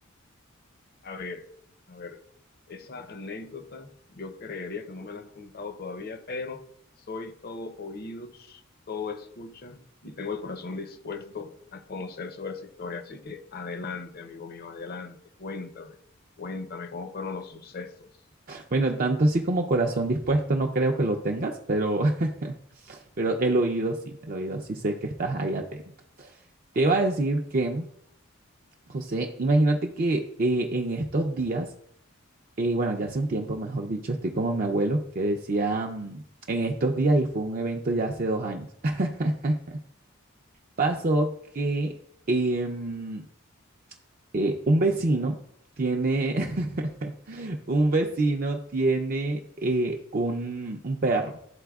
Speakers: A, on the left; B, on the right.
A: A ver, a ver, esa anécdota yo creería que no me la has contado todavía, pero soy todo oídos, todo escucha y tengo el corazón dispuesto a conocer sobre esa historia. Así que adelante, amigo mío, adelante, cuéntame, cuéntame cómo fueron los sucesos.
B: Bueno, tanto así como corazón dispuesto no creo que lo tengas, pero, <laughs> pero el oído sí, el oído sí sé que estás ahí atento. Te iba a decir que, José, imagínate que eh, en estos días, eh, bueno, ya hace un tiempo, mejor dicho, estoy como mi abuelo que decía mm, en estos días y fue un evento ya hace dos años. <laughs> Pasó que em, eh, un vecino tiene, <laughs> un vecino tiene eh, un, un perro